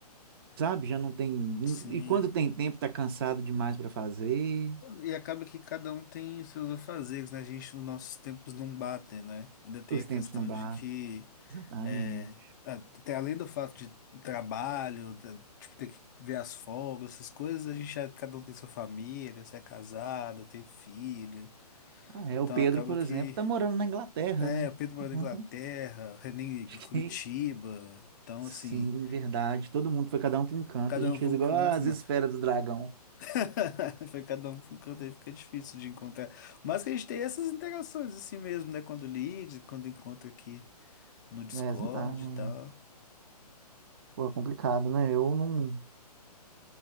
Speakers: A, on the right (about 35°); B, on the left (about 30°).
A: Sabe? Já não tem.
B: Sim.
A: E quando tem tempo, tá cansado demais pra fazer.
B: E acaba que cada um tem os seus afazeres, né? A gente, os nossos tempos não batem, né? Ainda tem
A: Os
B: a
A: tempos
B: questão
A: não batem.
B: de que,
A: Exatamente.
B: é, até além do fato de trabalho, da- tipo, ter que ver as folgas, essas coisas, a gente, já- cada um tem sua família, você é casado, tem filho.
A: Ah, é, o
B: Então
A: Pedro,
B: acaba
A: por
B: que,
A: exemplo, tá morando na Inglaterra,
B: é,
A: né?
B: o Pedro mora
A: <laughs>
B: na Inglaterra, o René em
A: Acho
B: Curitiba.
A: que
B: Então,
A: Sim,
B: assim,
A: verdade. Todo mundo foi cada um para um canto.
B: cada
A: A gente
B: um para
A: fez
B: um
A: igual
B: canto,
A: as
B: né?
A: esferas do dragão.
B: <laughs> Foi cada um para um canto aí, fica difícil de encontrar. Mas que a gente tem essas interações assim mesmo, né? Quando liga, quando encontra aqui no Discord
A: É, exatamente.
B: e tal.
A: Pô, é complicado, né? Eu não.